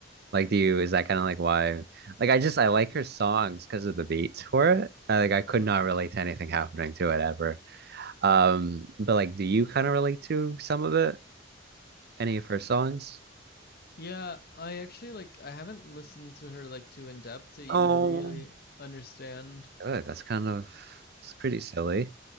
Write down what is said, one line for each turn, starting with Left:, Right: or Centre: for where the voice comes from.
Right: Like, do you, is that kind of like why? Like, I just, I like her songs because of the beats for it. Uh, like, I could
Left: Mm-hmm.
Right: not relate to anything happening to it ever. Um, but like, do you kind of relate to some of it? Any of her songs?
Left: Yeah, I actually like I haven't listened to her like too in depth to even
Right: Oh,
Left: really understand.
Right: Good. That's kind of, it's pretty silly.